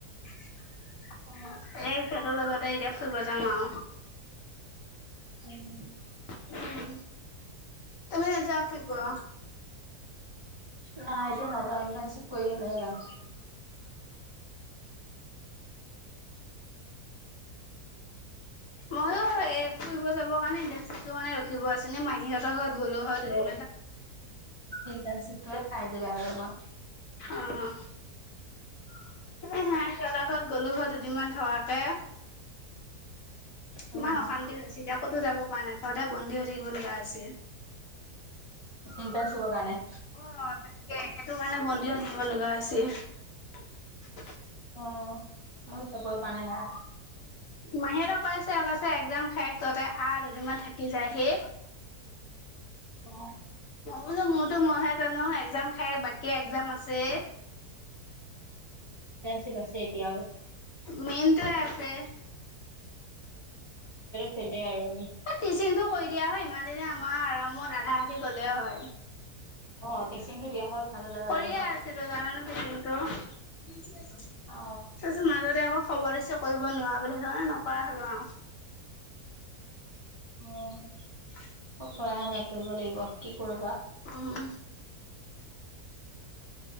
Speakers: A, on the left (about 65°); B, on the right (about 35°).
A: সিহঁতৰ
B: অ
A: লগতে এতিয়া ফুৰিব যাম আৰু।
B: উম
A: আৰু তুমি নোযোৱা ফুৰিব?
B: নাই এতিয়া নাযাওঁ ইনফ চপ কৰি হ'লেহে যাম।
A: মইয়ো এ ফুৰিব যাবৰ কাৰণে ইটো মানে ৰখিব আছিলে। মাহীহঁতৰ ঘৰত গ'লোহঁত
B: ইণ্টাৰ্ণশ্বিপটোৱে খাই দিলে আৰু আমাক।
A: অঁ <inaudible>
B: <unintelligible>
A: এ সা ঘৰত গলো ঘৰত দুদিনমান থকাকে
B: উম।
A: ইমান অশান্তি হৈছে। এতিয়া ক'তো যাব পৰা নাই ঘৰতে বন্দী হৈ থাকিব লগা আছে।
B: ইটনছ হ কাৰানে
A: অ' তাকে সেইটো কাৰণে বন্দীও থাকিব লগা হৈ হৈছে।
B: অ' মজছপ পান আ
A: মাহীহঁতে কৈ আছে কৈছে একজাম শেষ তহঁতে আ দুদিনমান থাকি যায় সি।
B: অ'
A: বলো মোৰতো মইহে জানো একজাম হে বাকী এক্জাম আছে।
B: ঠিক আছে এতিয়া আৰু
A: মেইন তোয়ে আছে
B: খেলে আৰু আমি।
A: টিচিংটো কৰি দিয়া হয় ইমান দিনে আমাৰ আৰামত আধা আধি গ'লে হয়।
B: অ টিচিংটো দিয়া হয় ভাল হ'লে হয়
A: কৰিয়ে
B: যেনিবা।
A: আছিলো জানানতে কিন্তু। তাৰপিছত
B: অ।
A: মাজতে আকৌ খবৰ দিছি কৰিব নোৱাৰা বুলি মানে নকৰা হ'লো আও।
B: অ'।
A: <unintelligible>
B: সহায়ে নাই কৰিব লাগিব কি কৰিবা।
A: উম।